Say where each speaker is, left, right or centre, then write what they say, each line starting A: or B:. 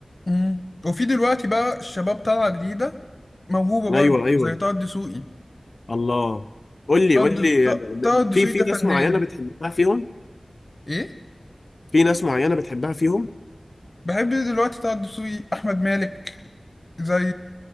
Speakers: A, on the left (about 45°); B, on the left (about 70°).
A: مم. وفي دلوقتي بقى الشباب طالعة جديدة موهوبة برضو
B: ايوه ايوه
A: زي طه الدسوقي
B: الله قول لي
A: طه
B: قول
A: الد-
B: لي
A: ط-
B: آه،
A: طه الدسوقي
B: في في
A: ده
B: ناس
A: فنان
B: معينه بتحبها فيهم
A: ايه
B: في ناس معينه بتحبها فيهم
A: بحب دلوقتي طه الدسوقي احمد مالك زي